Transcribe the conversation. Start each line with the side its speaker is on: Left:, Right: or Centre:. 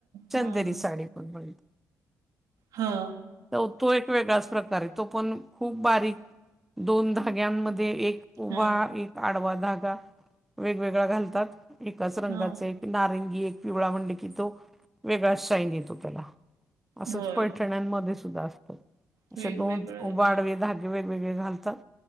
Centre: चंदेरी
Right: हां.
Centre: साडी पण बनती.
Right: हा
Centre: हो तो एक वेगळाच प्रकार आहे तो पण खूप बारीक दोन धाग्यांमध्ये एक उभा,
Right: हां,
Centre: एक आडवा धागा वेगवेगळया घालतात एकाच रंगाचे
Right: हां.
Centre: नारंगी एक पिवळा म्हणलं की तो वेगळाच शाईन येतो त्याला असंच
Right: होय.
Centre: पट पैठण्यांमध्ये सुद्धा असतो, असे
Right: वेगवेगळं
Centre: दोन उभे, आडवे धाग गे वेगवेगळे घालतात